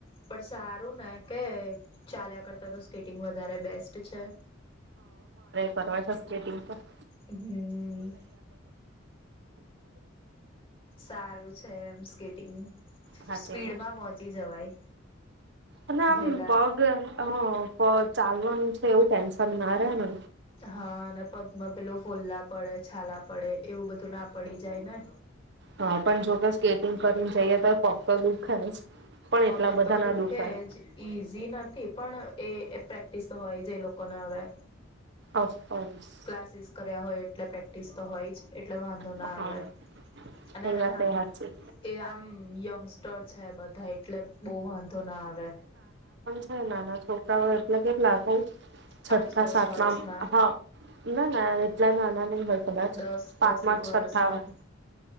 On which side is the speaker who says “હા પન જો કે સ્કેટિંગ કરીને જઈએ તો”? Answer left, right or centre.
Right